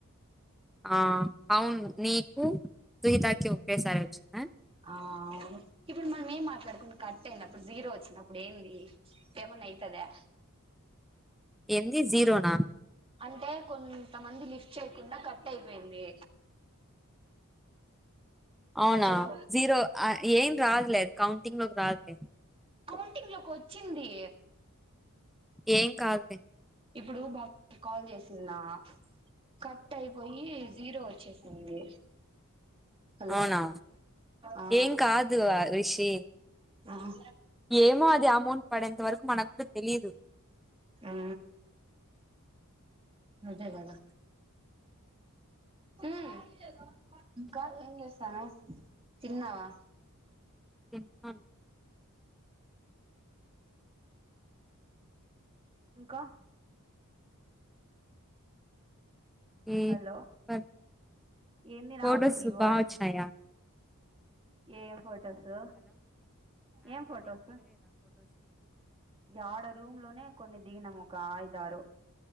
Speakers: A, in the centre; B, on the right (about 25°).
A: ఆ అవును నీకు గీతాకి ఒకేసారి వచ్చిందా
B: ఆ అవును ఇప్పుడు మనం ఏం మాట్లాడకుండ కట్ అయినప్పుడు జీరో వచ్చినప్ ప్పుడెంది పేమన్నా అయితదా
A: ఏంది జీరోనా
B: అంటే కొంతమంది లిఫ్ట్ చేయకుండా కట్ అయిపోయింది
A: అవునా
B: హలో
A: జీరో ఆ ఏన్ రాదులే అది కౌంటింగ్లోకి రాదులే
B: కౌంటింగ్లోకి వచ్చింది
A: ఏం కాదులే
B: ఇప్పుడు బాబ్ కి కాల్ చేసినా కట్ అయిపోయి జీరో వచ్చేసింది హలో
A: అవునా
B: ఆ
A: ఏం కాదు ఆ, రిషి
B: ఆహా
A: ఏమో అది అమౌంట్ పడేంత వరకు మన కూడా తెలీదు
B: ఆ అదే గదా ఊ కాదు ఏం చేస్తనవ్ తిన్నవా
A: <unintelligible>
B: ఇంకా
A: ఉమ్
B: హలో
A: ప
B: ఏంది
A: ఫొటోస్
B: నాకు నీ వాయిస్
A: బాగచ్చినాయ
B: ఏం ఫొటోస్ ఏం ఫొటోస్ ఆడ రూమ్ లోనే కొన్ని దిగినాము. ఒక ఐదుదారు